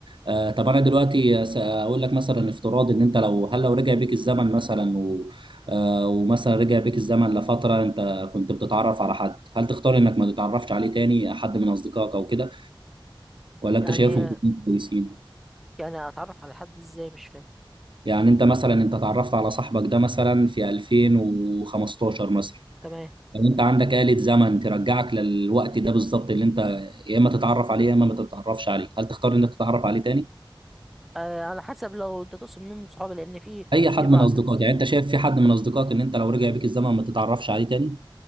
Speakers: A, on the right; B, in the centre.
A: آه، طب انا دلوقتي اقول لك مثلا افتراض ان انت لو هل لو رجع بيك الزمن مثلا و آه، ومثلا رجع بيك الزمن لفترة انت كنت بتتعرف على حد هل تختار انك ما تتعرفش عليه تاني حد من اصدقائك او كده ولا انت
B: يعني
A: شايفهم كلهم كويسين
B: يعني اتعرف على حد ازاي مش فاهم
A: يعني انت مثلا انت اتعرفت على صاحبك ده مثلا في 2015 مثلا
B: تمام
A: يعني انت عندك آلة زمن ترجعك للوقت ده بالظبط اللي انت يا اما تتعرف عليه يا اما ما تتعرفش عليه هل تختار ان انت تتعرف عليه تاني
B: آه على حسب لو ده تقصد مين من صحابي لان في
A: اي حد
B: في
A: من
B: بعض
A: اصدقائك يعني انت شايف في حد من اصدقائك ان انت لو رجع بيك الزمن ما تتعرفش عليه تاني